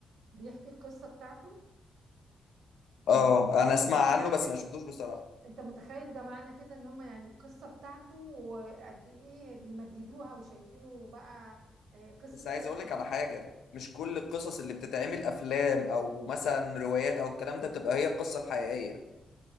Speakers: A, on the right; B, on the left.
A: بيحكي القصه بتاعته من
B: اه انا
A: انت
B: اسمع
A: متخيل
B: عنه بس ما شفتوش بصراحة
A: انت متخيل ده معنى كده ان هم يعني القصه بتاعته وقد ايه بيمجدوها وشايفينه بقى آه، قصه
B: بس عايز
A: حياته
B: اقول لك
A: دي
B: على حاجة مش كل القصص اللي بتتعمل افلام او مثلا روايات او الكلام ده بتبقى هي القصة الحقيقية